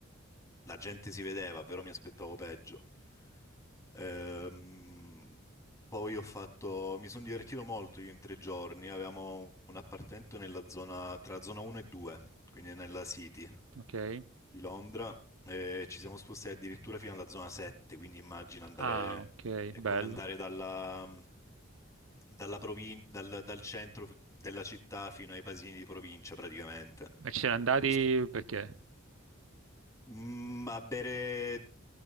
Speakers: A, on the left; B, on the right.
A: la gente si vedeva, però mi aspettavo peggio. Ehm, poi ho fatto, mi sono divertito molto io in tre giorni, avevamo un appartamento nella zona, tra zona 1 e 2, quindi nella City
B: Ok,
A: di Londra, e ci siamo spostati addirittura fino alla zona 7, quindi immagina andare,
B: ah, ok,
A: è
B: bello.
A: come andare dalla, dalla provin- dal, dal centro della città fino ai paesini di provincia praticamente.
B: Ma ci siete andati
A: Ci
B: perché?
A: Mm, a bere